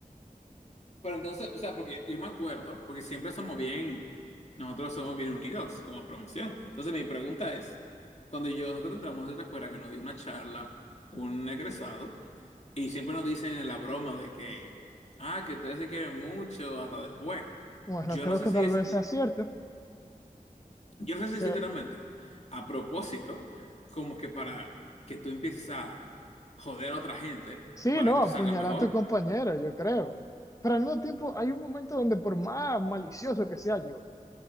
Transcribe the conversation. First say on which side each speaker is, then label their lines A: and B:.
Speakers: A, on the left; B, on the left.
A: Pero entonces, o sea, porque yo me acuerdo, porque siempre somos bien, nosotros somos bien unidos como promoción. Entonces mi pregunta es, cuando yo, nosotros entramos a esta escuela que nos dio una charla, un egresado, y siempre nos dicen en la broma de que, ah, que ustedes se quieren mucho hasta después.
B: Bueno,
A: Yo
B: creo
A: no sé
B: que
A: si
B: tal
A: es,
B: vez sea cierto,
A: yo no sé si es
B: pero
A: literalmente a propósito, como que para que tú empieces a joder a otra gente
B: sí,
A: para
B: no,
A: que tú
B: apuñalar
A: salgas mejor.
B: a tu compañero, yo creo. Pero al mismo tiempo, hay un momento donde por más malicioso que sea yo,